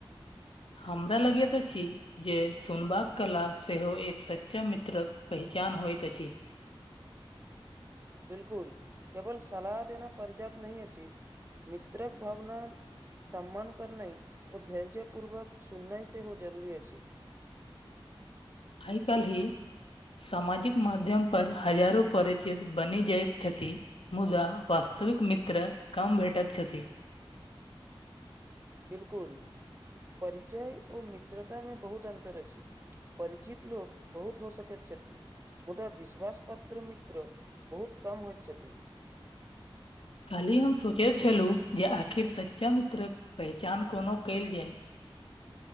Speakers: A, on the left (about 75°); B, on the right (about 25°).
A: हमरा लगैत अछि जे सुनबाक कला सेहो एक सच्चा मित्रक पहचान होइत अछि
B: बिल्कुल केवल सलाह देना पर्याप्त नहि अछि मित्रक भावना सम्मान करनाइ ओ धैर्य पूर्वक सुननाइ सेहो जरूरी अछि
A: आय काल्हि सामाजिक माध्यम पर हजारो परिचित बनि जाइत छथि मुदा वस्तविक मित्र कम भेटैत छथि
B: बिल्कुल परिचय ओ मित्रता मे बहुत अन्तर अछि परिचित लोक बहुत हो सकैत छथि मुदा विश्वास पात्र मित्र बहुत कम होइत छथि
A: काल्हि हम सोचै छलहु जे आखिर सच्चा मित्रक पहचान कोनो कयल जाय